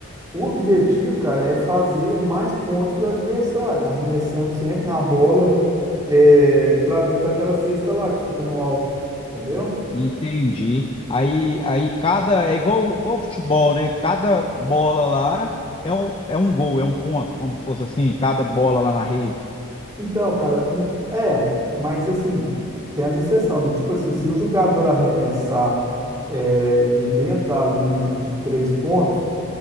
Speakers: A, on the right; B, on the left.
A: O objetivo, cara, é fazer mais pontos que o adversário, arremessando sempre na bola, é, pra dentro daquela cesta lá que fica no alto, entendeu?
B: Entendi. Aí, aí cada. É igual, igual futebol, né? Cada bola lá é um, é um gol, é um ponto, como se fosse assim, cada bola lá na rede.
A: Então, cara, hum, é, mas assim, tem as exceções, né? Tipo assim, se o jogador arremessar é, de dentro da linha de três pontos,